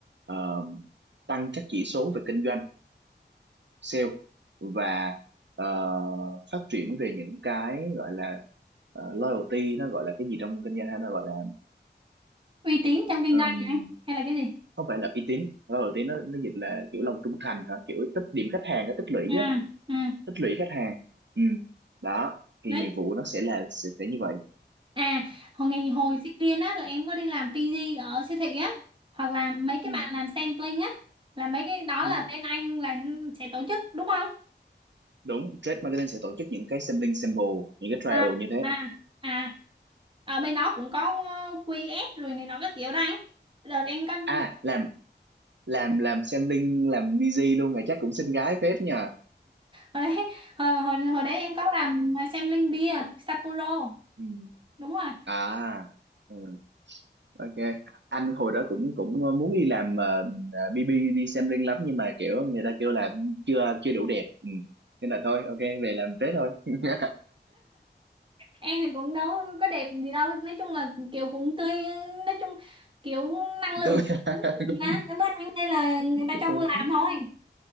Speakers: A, on the right (about 75°); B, on the right (about 25°).
A: ờ, tăng các chỉ số về kinh doanh sale và ờ, phát triển về những cái gọi là ờ, loyalty nó gọi là cái gì trong kinh doanh hay nó gọi là
B: Uy tín trong kinh
A: ừm,
B: doanh hả anh? Hay là cái gì?
A: không phải là uy tín loyalty nó nó dịch là kiểu lòng trung thành hả kiểu tích điểm khách hàng nó tích lũy
B: Ừ,
A: á
B: ừ.
A: tích lũy khách hàng ừ. đó thì
B: Đấy.
A: nhiệm vụ nó sẽ là sẽ, sẽ như vậy
B: À, hồi ngày hồi sinh viên á là em có đi làm PG ở siêu thị á. Hoặc là mấy cái
A: Ừ.
B: bạn làm sampling á. Là mấy cái đó
A: Ừ,
B: là bên anh là sẽ tổ chức đúng không?
A: đúng trade marketing sẽ tổ chức những cái sampling sample những cái trial
B: à
A: như thế
B: à à ở bên đó cũng có ờ, QS rồi này nó các kiểu đó anh đợt em có
A: à làm làm làm sampling làm busy luôn rồi chắc cũng xinh gái phết nhờ
B: hồi đấy hồi hồi hồi đấy em có làm ờ, xem linh bia Sapporo
A: ừ.
B: đúng rồi
A: à ừ. Ok, anh hồi đó cũng cũng ờ, muốn đi làm ờ, ờ, BB đi xem riêng lắm nhưng mà kiểu người ta kêu là chưa chưa đủ đẹp ừ. Nên là thôi ok về làm thế thôi <laughs>
B: em thì cũng đâu có đẹp gì đâu nói chung là kiểu cũng tươi nói chung kiểu năng lượng
A: tôi <laughs>
B: cũng tốt gì
A: cũng
B: đó. Cảm ơn anh nên là người
A: cũng
B: ta cho
A: tôi
B: vô làm thôi